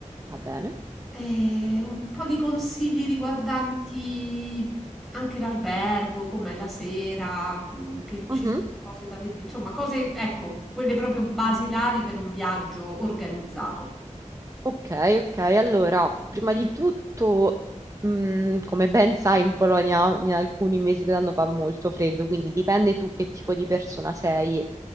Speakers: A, on the right (about 25°); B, in the centre.
A: Va bene.
B: E un po' di consigli riguardanti anche l'albergo, com'è la sera, mm, che ci
A: Mhm.
B: sono cose da vedere, insomma, cose, ecco, quelle proprio basilari per un viaggio organizzato.
A: Ok, ok. Allora, prima di tutto, mh, come ben sai, in Polonia in alcuni mesi dell'anno fa molto freddo, quindi dipende tu che tipo di persona sei,